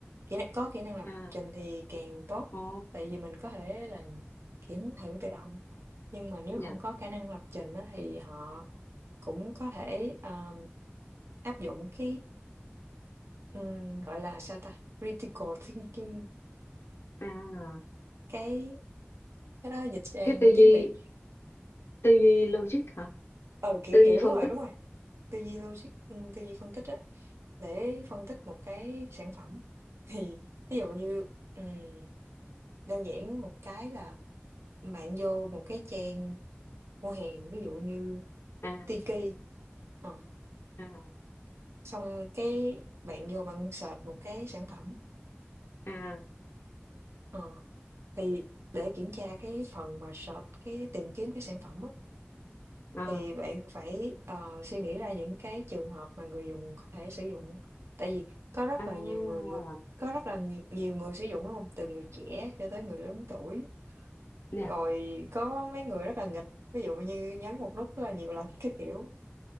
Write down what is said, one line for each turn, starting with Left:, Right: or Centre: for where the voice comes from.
Right: Kỹ năng có kỹ năng lập
Left: à
Right: trình thì càng tốt,
Left: ồ
Right: tại vì mình có thể là kiếm thử tự động, nhưng mà nếu
Left: dạ
Right: không có khả năng lập trình á thì họ cũng có thể, ờm, áp dụng cái, ừm, gọi là, sao ta, critical thinking,
Left: à
Right: cái cái đó dịch sang
Left: cái tư duy
Right: tiếng Việt
Left: tư duy logic hả
Right: Ờ kiểu,
Left: tư duy
Right: kiểu
Left: phân
Right: đúng rồi,
Left: tích
Right: đúng rồi, tư duy logic, ừm, tư duy phân tích á, để phân tích một cái sản phẩm. <laughs> Thì ví dụ như, ừm, đơn giản một cái là bạn vô một cái trang mua hàng ví dụ như
Left: à
Right: Tiki Ờ,
Left: à
Right: xong cái bạn vô bạn search một cái sản phẩm
Left: à
Right: Ờ, thì để kiểm tra cái phần mà search cái tìm kiếm cái sản phẩm á,
Left: à
Right: thì bạn phải ờ, suy nghĩ ra những cái trường hợp mà người dùng có thể sử dụng tại vì có rất
Left: à
Right: là nhiều người, người có rất là nhi- nhiều người sử dụng đúng không từ người trẻ cho tới người lớn tuổi
Left: dạ
Right: rồi có mấy người rất là nghịch ví dụ như nhấn một nút rất là nhiều lần <laughs> cái kiểu